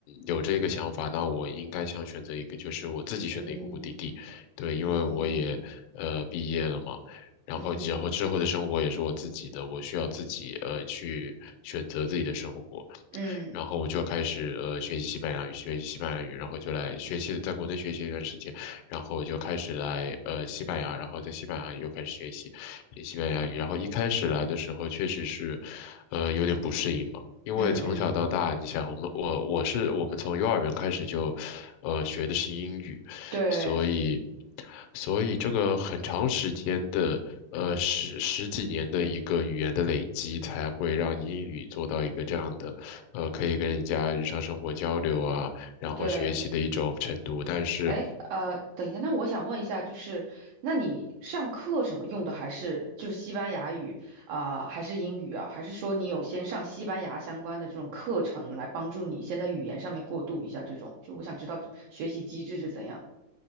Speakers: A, on the left; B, on the right.
A: 有这个想法，那我应该想选择一个，就是我自己选择一个目的地，
B: 嗯
A: 对，因为我也，
B: 嗯
A: 呃，毕业了嘛。然后以后之后的生活也是我自己的，
B: 嗯。
A: 我需要自己呃去选择自己的生活。
B: 嗯
A: 然后我就开始呃学习西班牙语，学习西班牙语，然后就来学习，在国内学习一段时间，然后我就开始来呃西班牙，然后在西班牙又开始学习学西班牙语，然后一开始来的时候确实是，呃有点不适应嘛。因为从小到大，
B: 嗯嗯，
A: 你想，我们我我是我们从幼儿园开始就，呃，学的是英语，
B: 对
A: 所以，所以这个很长时间的，呃，十十几年的一个语言的累积，才会让英语做到一个这样的，呃，可以跟人家日常生活交流啊，然后学习的一种程度。
B: 对，
A: 但是，
B: 哎呃，等一下，那我想问一下，就是那你上课什么用的还是就是西班牙语啊，还是英语啊，还是说你有先上西班牙相关的这种课程来帮助你先在语言上面过渡一下这种？就我想知道学习机制是怎样。